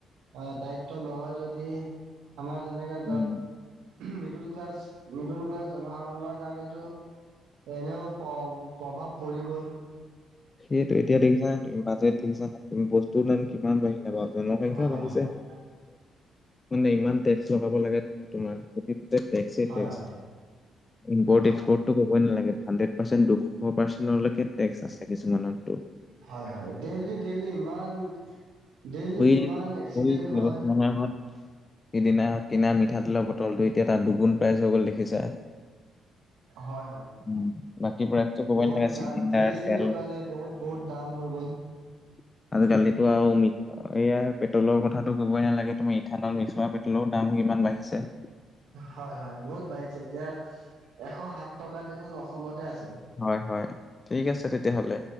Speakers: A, on the right; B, on the left.
A: অ' দায়িত্ব নলয় যদি আমাৰ যেনেকা
B: উম।
A: মিডিল ক্লাছ, মিডিল ক্লাছ জনসাধাৰণৰ কাৰণেতো এনেও প্ৰ প্ৰভাৱ পৰিবই।
B: সেইটো এতিয়া দেখিছানে, বাজেট দেখিছা বস্তু দাম কিমান বাঢ়িলে বাৰু। জনসংখ্যা
A: হয়
B: বাঢ়িছে
A: হয়
B: মানে ইমান টেক্স লগাব লাগে তোমাৰ <unintelligible> টেক্স এ
A: হয়
B: টেক্স।
A: হয়
B: ইমপোৰ্ট
A: হয়
B: এক্সপোৰ্ট
A: হয়
B: তো কবই নালাগে, হাড্ৰেড পাৰ্চেন্ট দুশ পাৰ্চেন্ট লয়কে টেক্স আছে। কিছুমানৰ।
A: হয় হয়, ডেইলি ডেইলি ইমান ডেইলি
B: সেই
A: ইমান এক্সিডেন্ট
B: সেই কেইবছৰমানৰ
A: হয়।
B: আগত সিদিনা কিনা মিঠাতেলৰ বটলটো এতিয়া তাত দুগুণ প্ৰাইজ হৈ গ'ল দেখিছা।
A: হয় হয়
B: উম, বাকী প্ৰাইচটো ক'বই
A: বহুত
B: নালাগে
A: দাম
B: চিলিণ্ডাৰ
A: জি এছ টি
B: তেল
A: লগালে বহুত-বহুত দাম হৈ গ'ল।
B: <inaudible> আজিকালিতো আৰু এইয়াই পেট্ৰলৰ কথাটো ক'বই নালাগে তুমি ইথানল মিক্স কৰা তেলৰ দাম কিমান বাঢ়িছে।
A: হয়-হয়। বহুত বাঢ়িছে এতিয়া এশ সাত টকা দেখোন অসমতে আছে।
B: হয়-হয়, ঠিক আছে তেতিয়াহ'লে।